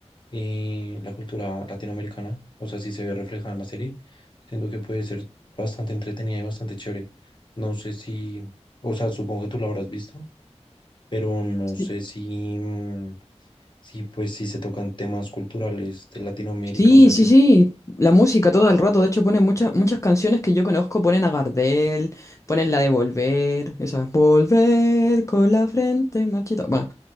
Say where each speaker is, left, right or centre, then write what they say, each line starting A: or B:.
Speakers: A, on the left (about 45°); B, on the left (about 25°).
A: eh, la cultura latinoamericana, o sea, si se ve reflejada en la serie, siento que puede ser bastante entretenida y bastante chévere. No sé si, o sea, supongo que tú la habrás visto, pero no
B: Sí,
A: sé si, mm, si pues si se tocan temas culturales de Latinoamérica,
B: sí,
A: o sea,
B: sí.
A: si
B: sí,
A: es...
B: La música todo el rato. De hecho, ponen muchas, muchas canciones que yo conozco. Ponen a Gardel, ponen la de Volver, esa Volver con la frente marchita. Bueno,